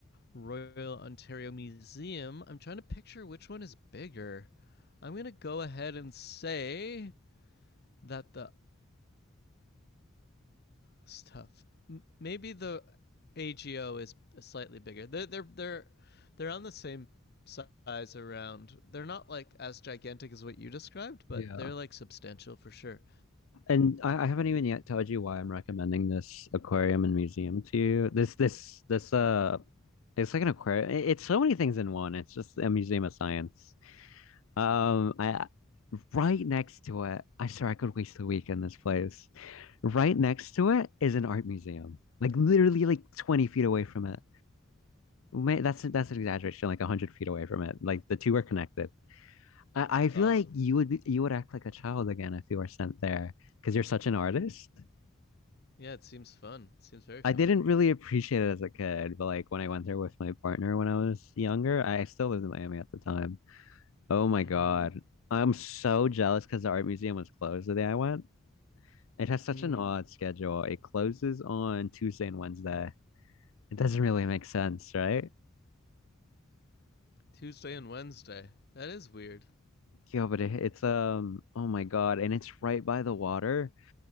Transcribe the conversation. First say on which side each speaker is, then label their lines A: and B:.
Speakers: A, on the left; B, on the left.
A: Royal Ontario Museum. I'm trying to picture which one is bigger. I'm gonna go ahead and say that the stuff. Maybe the AGO is slightly bigger. They're they're they're they're on the same size around. They're not like as gigantic as what you described, but
B: Yeah.
A: they're like substantial for sure.
B: And I, I haven't even yet told you why I'm recommending this aquarium and museum to you. This this this uh it's like an aquarium. It- It's so many things in one. It's just a museum of science. Um I right next to it, I swear I could waste a week in this place. Right next to it is an art museum, like literally like 20 feet away from it. May- That's that's an exaggeration, like 100 feet away from it. Like the two are connected. I, I
A: It's
B: feel
A: awesome.
B: like you would be, you would act like a child again if you were sent there because you're such an artist.
A: Yeah, it seems fun. It seems very fun.
B: I didn't really appreciate it as a kid, but like when I went there with my partner when I was younger, I still lived in Miami at the time. Oh my
A: Mm-hmm.
B: God. I'm so jealous because the art museum was closed the day I went. It has such
A: Mm.
B: an odd schedule. It closes on Tuesday and Wednesday, It doesn't really make sense, right?
A: Tuesday and Wednesday. That is weird.
B: Yeah, but it, it's um oh my God, and it's right by the water.